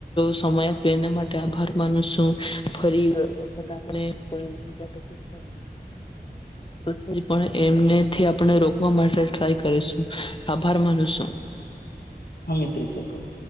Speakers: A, on the left; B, on the left.
A: સમય આપે એના માટે આભાર માનું છું. ફરી વખત આપણે કોઈ બીજા ટોપિક સાથે એમનેથી આપણે રોકવા માટે ટ્રાય કરીશું. આભાર માનીશું.
B: હા મિત્ર ચોક્કસ.